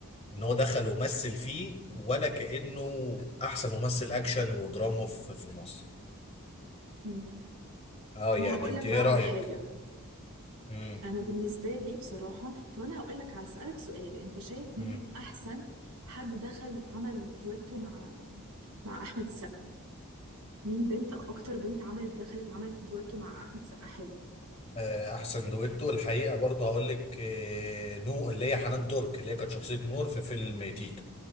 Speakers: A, on the left (about 30°); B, on the right (about 85°).
A: ان هو دخل ومثل فيه ولا كأنه احسن ممثل اكشن ودراما في في مصر
B: مم.
A: اه يعني
B: انا هقول
A: انت
B: لك
A: ايه
B: بقى على
A: رأيك
B: حاجه
A: امم
B: انا بالنسبه لي بصراحه طب انا هقول لك هسالك سؤال انت شايف مين
A: مم.
B: احسن حد دخل عمل دويتو مع مع احمد السقا مين بنت اكتر بنت عملت دخلت عملت دويتو مع احمد السقا حلو
A: آه، احسن دويتو الحقيقة برضه هقول لك آه، نو اللي هي حنان ترك اللي هي كانت شخصية نور في فيلم تيتو